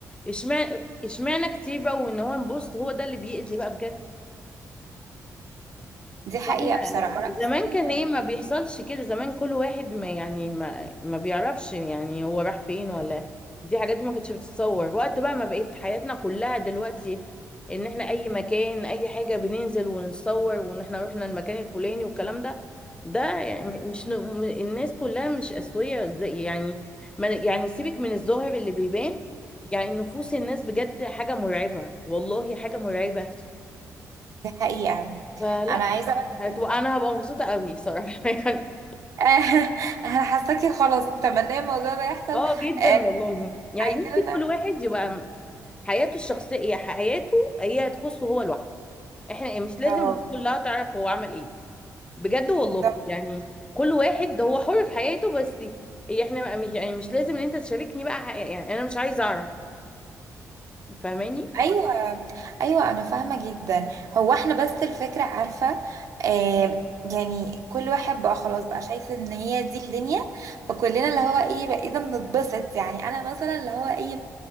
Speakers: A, on the left (about 15°); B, on the right (about 60°).
A: اشمعنى اشمعنى كتير بقى وان هو بص هو ده اللي بيأذي بقى بجد
B: دي حقيقة
A: فاحنا
B: بصراحة ورق
A: زمان
B: أصلية
A: كان ايه ما بيحصلش كده زمان كل واحد ما يعني ما ما بيعرفش يعني هو راح فين ولا دي حاجات دي ما كانتش بتتصور وقت بقى ما بقيت حياتنا كلها دلوقتي ان احنا اي مكان اي حاجة بننزل ونتصور وان احنا رحنا المكان الفلاني والكلام ده ده يعني مش م- الناس كلها مش اسوية زي يعني ما يعني سيبك من الظاهر اللي بيبان يعني نفوس الناس بجد حاجة مرعبة والله حاجة مرعبة
B: دي حقيقة
A: فلا
B: أنا عايزة أقول لك
A: هتبقى
B: إنه
A: انا هبقى مبسوطه قوي صراحه <laughs> يعني
B: <laughs> أنا حاساكي خلاص متمنية الموضوع ده يحصل
A: اه جدا
B: آه،
A: والله يعني
B: عايزين
A: يمكن
B: نعمل-
A: كل واحد يبقى حياته الشخصيه حياته هي تخصه هو لوحده احنا مش لازم
B: اه
A: الناس كلها تعرف هو عمل ايه بجد والله
B: بالظبط.
A: يعني كل واحد ده هو حر في حياته بس هي احنا بقى مش يعني مش لازم ان انت تشاركني بقى ح- يعني انا مش عايزه اعرف فاهماني
B: أيوة أيوة أنا فاهمة جدا هو إحنا بس الفكرة عارفة آه، يعني كل واحد بقى خلاص بقى شايف إن هي دي الدنيا فكلنا اللي هو إيه بقينا بنتبسط يعني أنا مثلا اللي هو إيه